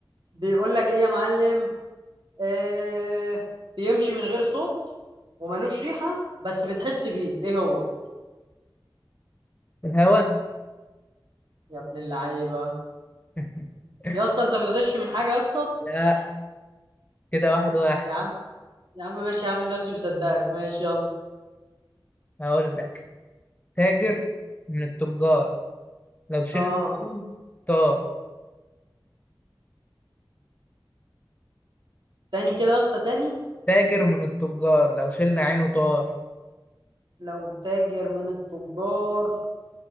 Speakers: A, on the right (about 60°); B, on the left (about 20°).
A: بيقول لك ايه يا معلم آه بيمشي من غير صوت ومالوش ريحة بس بتحس بيه ايه هو
B: الهوا
A: يا ابن اللعيبة
B: <laughs>
A: يا اسطى انت بتغش من حاجة يا اسطى
B: لا كده واحد واحد
A: يا عم يا عم ماشي هعمل نفسي مصدقك ماشي يلا
B: هقول لك تاجر من التجار لو شلنا
A: اه
B: عينه طار
A: تاني كده يا اسطى تاني
B: تاجر من التجار لو شلنا عينه طار
A: لو تاجر من التجار